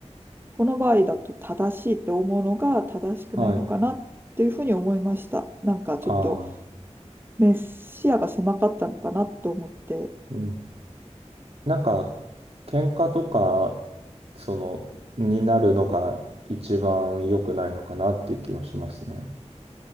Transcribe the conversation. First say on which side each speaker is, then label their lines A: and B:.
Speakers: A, on the right (about 20°); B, on the right (about 60°).
A: この場合だと正しいって思うのが正しくないのかなっていうふうに思いました。
B: はい。
A: なんかちょっと
B: ああ、
A: メ視野が狭かったのかなと思って、
B: うん。なんか、喧嘩とか、その、になるのが一番良くないのかなっていう気はしますね。